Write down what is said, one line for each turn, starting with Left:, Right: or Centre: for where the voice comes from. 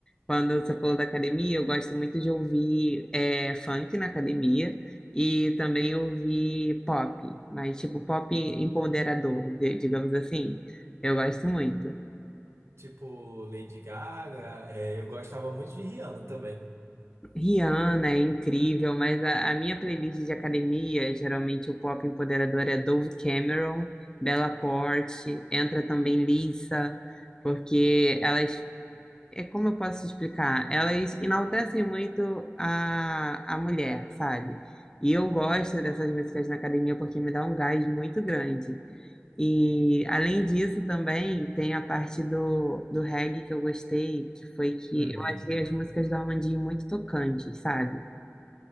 Left: Quando você falou da academia, eu gosto muito de ouvir é, funk na academia e também ouvir pop, mas tipo pop empoderador, de- digamos assim. Eu gosto muito.
Right: Tipo Lady Gaga, é, eu gostava muito de Rihanna também.
Left: Rihanna é incrível, mas a, a minha playlist de academia, geralmente o pop empoderador é Dove Cameron, Bella Porte, entra também Lisa, porque elas, é como eu posso explicar, elas enaltecem muito a, a mulher, sabe? E eu gosto dessas músicas na academia porque me dá um gás muito grande. E além disso também tem a parte do, do reggae que eu gostei, que foi que
Right: Uhum.
Left: eu achei as músicas do Armandinho muito tocantes, sabe?